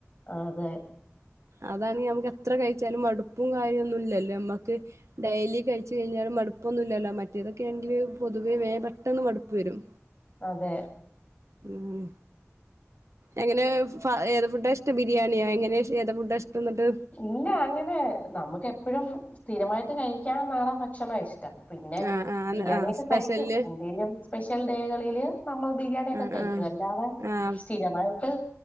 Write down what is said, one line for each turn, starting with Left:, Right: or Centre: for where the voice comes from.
Left: അതെ
Right: അതാണെ നമുക്കെത്ര കഴിച്ചാലും മടുപ്പും കാര്യന്നുയില്ലല്ലോ നമ്മക്ക് ഡെയിലി കഴിച്ച കഴിഞ്ഞാല് മടുപ്പൊന്നുയില്ലല്ലോ മറ്റേതൊക്കെയാണെങ്കില് പൊതുവേ വേ പെട്ടെന്ന് മടുപ്പ് വരും
Left: അതെ
Right: മ്മ് എങ്ങനെയാ ഫ ഏത് ഫുഡാ ഇഷ്ട ബിരിയാണിയോ എങ്ങനെ ഏത് ഫുഡാ ഇഷ്ടന്നട്ട്
Left: ഇല്ല അങ്ങനെ നമക്ക് എപ്പഴും സ്ഥിരമായിട്ട് കഴിക്കാൻ നാടൻ ഭക്ഷണം ഇഷ് ടം പിന്നെ
Right: ആഹ് ആഹ്
Left: ബിരിയാണിയക്കെ
Right: ആഹ് സ്പെഷ്യല്
Left: കഴിക്കും എന്തേലും സ്പെഷ്യൽ ഡേകളില് നമ്മൾ ബിരിയാണിയക്കെ
Right: ആഹ്
Left: കഴിക്കും
Right: ആഹ്
Left: അല്ലാതെ
Right: ആഹ്
Left: സ്ഥിരമായിട്ട്